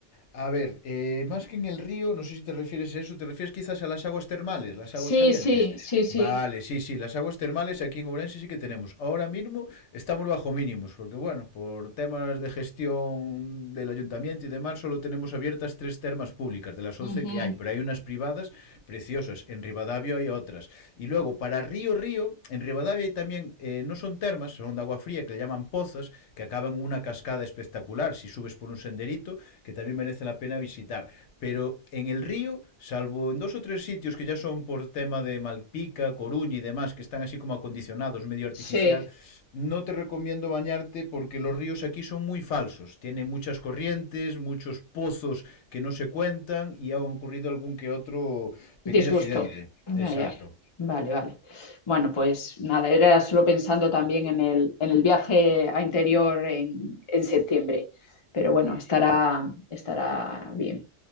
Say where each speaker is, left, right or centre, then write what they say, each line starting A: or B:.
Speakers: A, on the left; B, on the left.
A: A ver, eh, más que en el río, no sé si te refieres a eso, te refieres quizás a las aguas termales, las
B: Sí,
A: aguas calientes.
B: sí, sí, sí.
A: Vale, sí, sí, las aguas termales aquí en Ourense sí que tenemos. Ahora mismo estamos bajo mínimos, porque bueno, por temas de gestión del ayuntamiento y demás, solo tenemos abiertas tres termas públicas de las
B: Ujú,
A: 11 que hay, pero hay unas privadas preciosas, en Rivadavia hay otras. Y luego, para río, río, en Rivadavia hay también, eh, no son termas, son de agua fría, que le llaman le llaman pozas, que acaban en una cascada espectacular si subes por un senderito, que también merece la pena visitar. Pero en el río, salvo en dos o tres sitios que ya son por tema de Malpica, Coruña y demás, que están así como acondicionados, medio artificial,
B: Sí.
A: no te recomiendo bañarte porque los ríos aquí son muy falsos. Tienen muchas corrientes, muchos pozos que no se cuentan y ha ocurrido algún que otro pequeño
B: Disgusto.
A: accidente. Exacto.
B: Ya, ya. Vale, vale. Bueno, pues nada, era solo pensando también en el, en el viaje a interior en, en septiembre. Pero bueno, estará, estará bien.